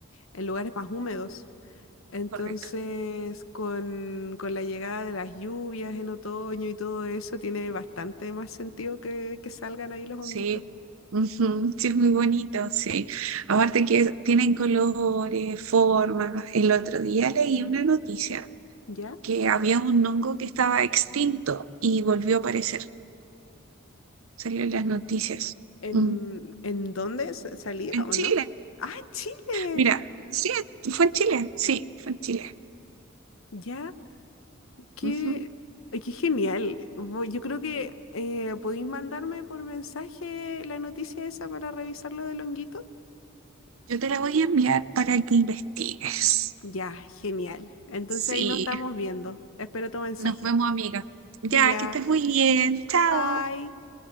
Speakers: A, on the left (about 80°); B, on the right (about 85°).
A: en lugares más húmedos. Entonces,
B: correcto.
A: con, con la llegada de las lluvias en otoño y todo eso, tiene bastante más sentido que, que salgan ahí los
B: Sí,
A: honguitos,
B: ujú, Sí, es muy bonito, sí. Aparte que tienen colores, formas. El otro día leí una noticia
A: ¿ya?
B: que había un hongo que estaba extinto y volvió a aparecer. Salió en las noticias.
A: ¿En,
B: Mm.
A: en dónde sa- salía
B: En
A: o
B: Chile,
A: no? Ah, en Chile.
B: mira, sí, fue en Chile, sí, fue en Chile.
A: Ya, qué,
B: Ujú.
A: ay, qué genial. Voy- Yo creo que eh, podéis mandarme por mensaje la noticia esa para revisar lo del honguito.
B: Yo te la voy a enviar para que investigues.
A: Ya, genial. Entonces
B: Sí,
A: ahí nos estamos viendo. Espero tu mensaje.
B: nos vemos, amiga. Ya,
A: Ya,
B: que estés muy bien. Chao.
A: bye.